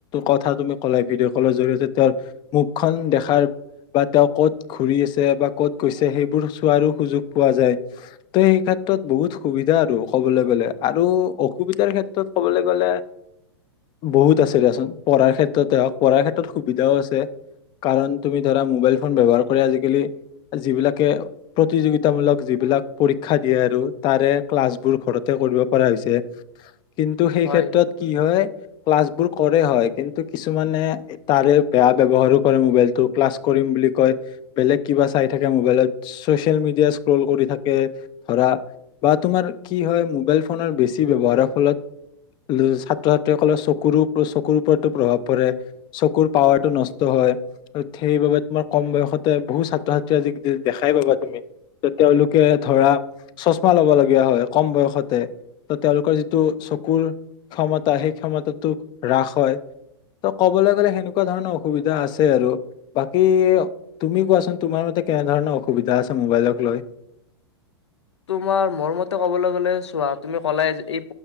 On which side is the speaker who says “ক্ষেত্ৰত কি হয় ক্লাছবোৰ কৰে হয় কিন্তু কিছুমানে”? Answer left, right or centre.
Left